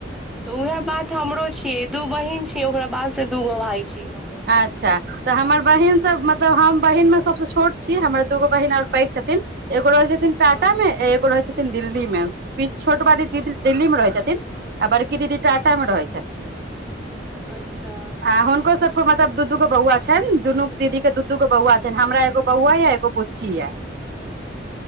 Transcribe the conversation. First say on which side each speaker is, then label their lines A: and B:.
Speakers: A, in the centre; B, on the right.
A: तऽ उएह बात हमरो छियै दू बहन छियै ओकरा बाद से दूगो भाय छियै हमहूँ
B: अच्छा तऽ हमर बहिन सब मतलब हम बहिन मे सबस छोट छी हमर दूगो बहिन आओर पैघ छथिन एगो रहै छै फेन टाटा
A: हँ
B: मे एगो रहै छै दिल्ली मे बी छोट बड़ी दीदी दिल्ली मे रहै छथिन आ बड़की दीदी टाटा में रहै छथिन <inaudible>
A: अच्छा
B: आ हुनकोसब मतलब दू दूगो बौआ छनि दुनू दीदी के दू दूगो बौआ छनि हमरा एगो बौआ या एगो बुच्ची यै